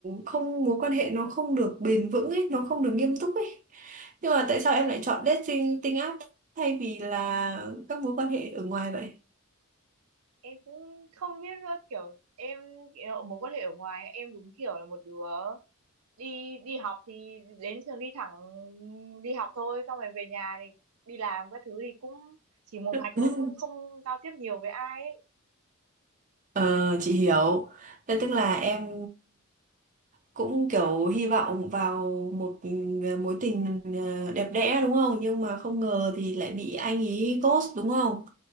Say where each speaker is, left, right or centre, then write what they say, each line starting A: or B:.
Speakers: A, on the right; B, on the right.
A: không mối quan hệ nó không được bền vững ấy, nó không được nghiêm túc ấy. Nhưng mà tại sao em lại chọn dating dating app thay vì là các mối quan hệ ở ngoài vậy?
B: em cũng không biết nữa kiểu em kiểu, mối quan hệ ở ngoài em đúng kiểu là một đứa đi đi học thì đến trường đi thẳng đi học thôi xong rồi về nhà thì đi làm các thứ thì cũng chỉ một
A: <laughs>
B: mạch thôi cũng không giao tiếp nhiều với ai ấy.
A: Ờ, chị hiểu. Thế tức là em cũng kiểu hy vọng vào một ừ, mối tình ờ, đẹp đẽ đúng không? Nhưng mà không ngờ thì lại bị anh ý ghost đúng không?